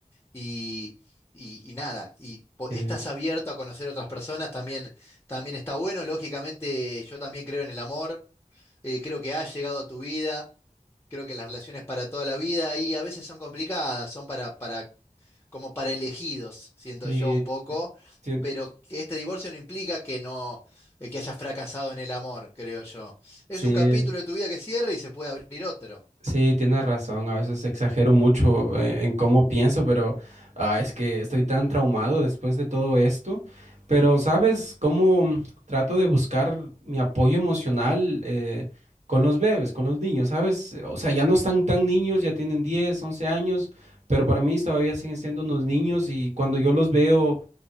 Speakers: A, on the left; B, on the right.
A: y, y- y nada, y po-
B: sí.
A: estás abierto a conocer otras personas, también, también está bueno. Lógicamente, yo también creo en el amor, eh, creo que ha llegado a tu vida, creo que las relaciones para toda la vida y a veces son complicadas, son para, para, como para elegidos, siento
B: Y
A: yo un poco,
B: tien-
A: pero que este divorcio no implica que no, eh, que hayas fracasado en el amor, creo yo. Es
B: sí.
A: un capítulo de tu vida que cierra y se puede abrir otro.
B: Sí, tienes razón, a veces exagero mucho eh, en cómo pienso, pero ah, es que estoy tan traumado después de todo esto. Pero, ¿sabes cómo trato de buscar mi apoyo emocional eh, con los bebés, con los niños? ¿Sabes? O sea, ya no están tan niños, ya tienen 10, 11 años, pero para mí todavía siguen siendo unos niños y cuando yo los veo